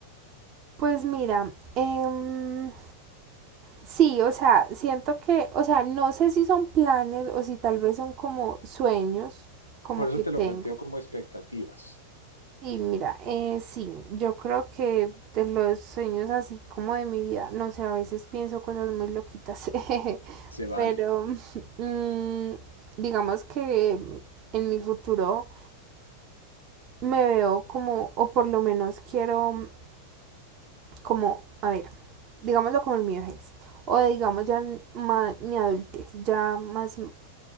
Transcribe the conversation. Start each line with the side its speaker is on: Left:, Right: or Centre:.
Right: Pues mira, em, Sí, o sea, siento que, o sea, no sé si son planes o si tal vez son como sueños, como
Left: Por
Right: que
Left: eso te
Right: tengo.
Left: lo planteo como expectativas.
Right: Sí, mira, eh, sí, yo creo que de los sueños así como de mi vida, no sé, a veces pienso cosas muy loquitas, <laughs>
Left: Se vale.
Right: pero <laughs> mm, digamos que en mi futuro me veo como, o por lo menos quiero como, a ver, digámoslo como el mío es, o digamos ya en ma- mi adultez, ya más,